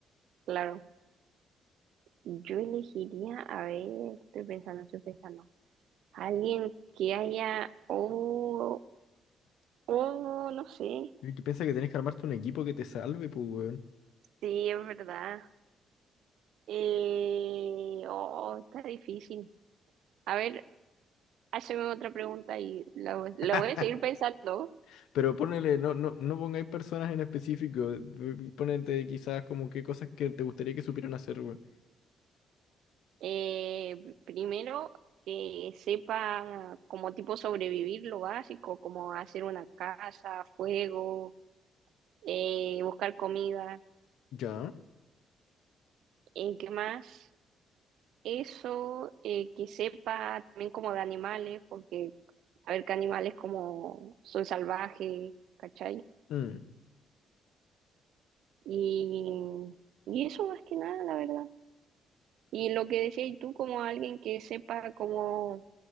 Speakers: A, on the right; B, on the left.
A: claro, yo elegiría, a ver, estoy pensando, estoy pensando. Alguien que haya, oh, oh, no sé.
B: Y que piensa que tenés que armarte un equipo que te salve, pues, weón.
A: Sí, es verdad. Eh, oh, está difícil. A ver, hazme otra pregunta y la, voy- la
B: <laughs>
A: voy a seguir pensando.
B: Pero ponele, no, no, no pongáis personas en específico. eh, Ponete quizás como qué cosas que te gustaría que supieran hacer, weón.
A: Eh, primero, que sepa como tipo sobrevivir lo básico, como hacer una casa, fuego, eh, buscar comida.
B: Ya.
A: ¿En qué más? Eso, eh, que sepa también como de animales, porque a ver qué animales como son salvajes, ¿cachai?
B: Mm.
A: Y, y eso más que nada, la verdad. Y lo que decías tú, como alguien que sepa cómo,